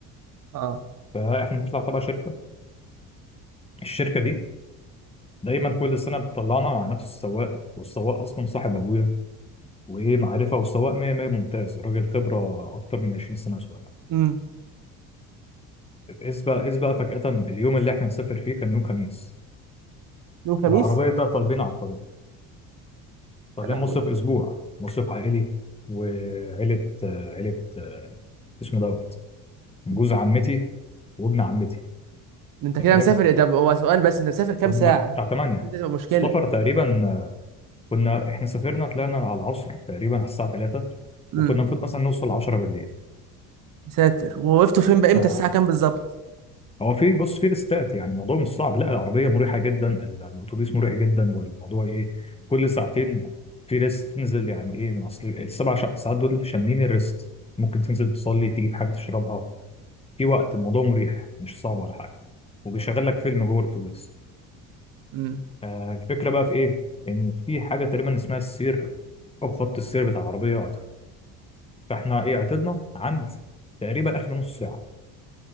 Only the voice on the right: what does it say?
اه
امم
يوم خميس
يا لهوي
مم.
انت كده
مسافر إيه؟ طب هو سؤال بس انت مسافر كام
ساعه
انت تبقى مشكله
امم
ساتر ووقفتوا فين بقى امتى
الساعه كام بالظبط
امم